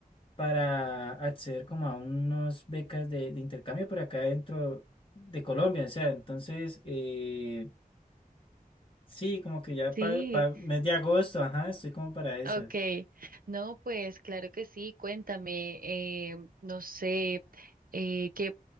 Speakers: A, on the left; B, on the right.
A: para acceder como a unas becas de, de intercambio por acá dentro de Colombia, o sea, entonces, eh, sí, como que ya
B: Sí.
A: para mes de agosto, ajá, estoy como para eso.
B: Okay, no, pues claro que sí, cuéntame, eh, no sé, eh, qué,